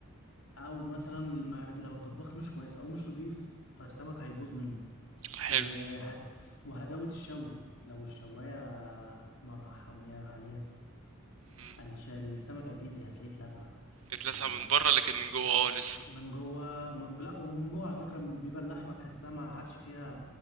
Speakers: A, on the left; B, on the right.
A: أو مثلا الم- لو الطباخ مش كويس أو مش نظيف فالسمك هيبوظ منه
B: حلو
A: وهد... وهداوة الشوي لو الشواية نارها حامية عالية
B: امم
A: الش... السمكة هتأذي هتلاقيه اتلسع
B: اتلسع
A: يعني
B: من بره لكن من جوه اه لسه
A: من جوه من لا ومن جوه على فكرة بيبقى اللحمة تحسها ما عادش فيها